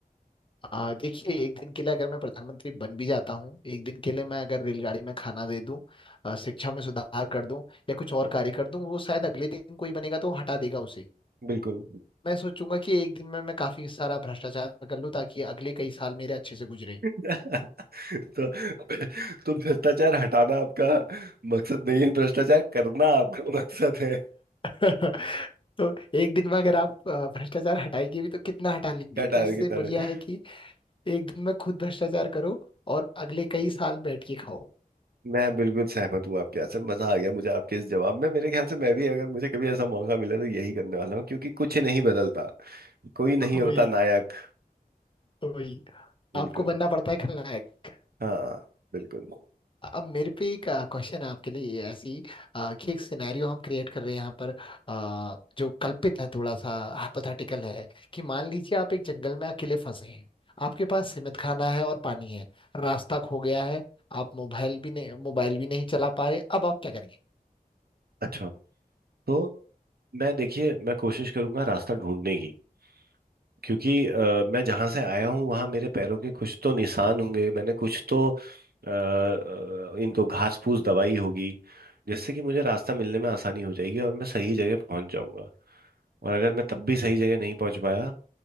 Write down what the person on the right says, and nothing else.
बिल्कुल
<laughs> तो तो भ्रष्टाचार हटाना आपका मकसद नहीं है भ्रष्टाचार करना आपका मकसद है
क्या टायर
की तरह
मैं बिल्कुल सहमत हूँ आपके यहाँ से मजा आ गया मुझे आपके इस जवाब में मेरे ख्याल से मैं भी अगर मुझे कभी ऐसा मौका मिला तो यही करने वाला हूँ क्योंकि कुछ नहीं बदलता कोई नहीं
होता नायक
बिल्कुल
हाँ बिल्कुल
अच्छा तो मैं देखिए मैं कोशिश करूंगा रास्ता ढूंढने की क्योंकि अ, मैं जहां से आया हूँ वहां मेरे पैरों के कुछ तो निशान होंगे मैंने कुछ तो अ, अ, इनको घास फूस दवाई होगी जिससे कि मुझे रास्ता मिलने में आसानी हो जाएगी और मैं सही जगह पहुंच जाऊंगा और अगर मैं तब भी सही जगह नहीं पहुंच पाया